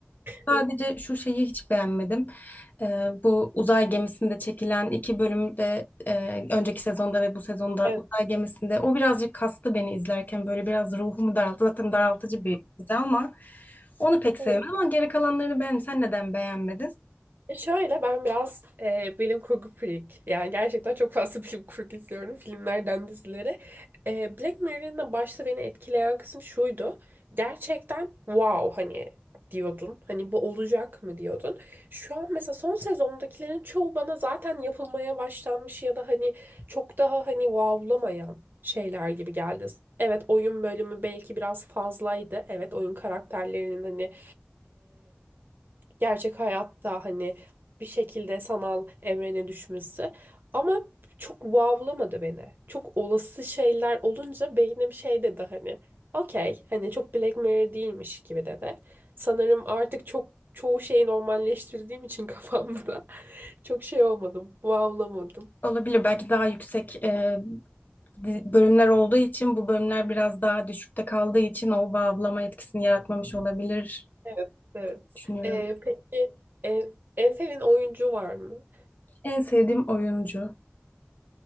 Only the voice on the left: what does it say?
Sadece şu şeyi hiç beğenmedim. Ee, bu uzay gemisinde çekilen iki bölümde e, önceki sezonda ve bu sezonda
uzay gemisinde o birazcık kastı beni izlerken böyle biraz ruhumu daralttı. Zaten daraltıcı bir dizi ama onu pek sevmedim
ama geri kalanlarını beğendim. Sen neden beğenmedin?
Olabilir belki daha yüksek e, di- bölümler olduğu için bu bölümler biraz daha düşükte kaldığı için o bağlama etkisini yaratmamış olabilir
düşünüyorum.
En sevdiğim oyuncu.